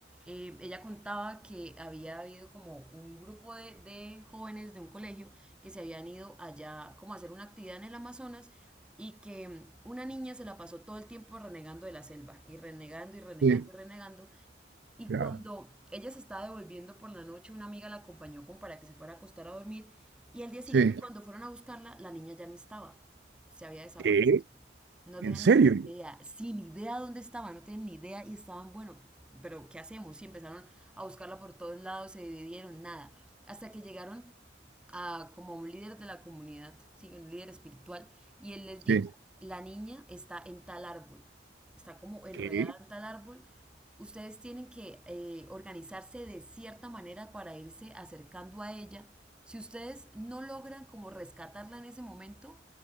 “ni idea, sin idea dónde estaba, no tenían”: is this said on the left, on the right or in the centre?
Centre